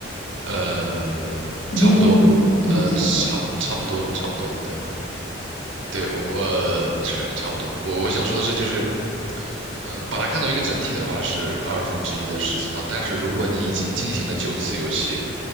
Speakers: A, on the right (about 75°); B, on the left (about 30°).
A: 呃，
B: 你是这个意思吗？
A: 差不多，呃，
B: 嗯，差不多。
A: 差差不多，差不多，对。对，我我是差不多。我我想说的是，就是呃，把它看作一个整体的话是二分之一的十次方，但是如果你已经进行了九次游戏，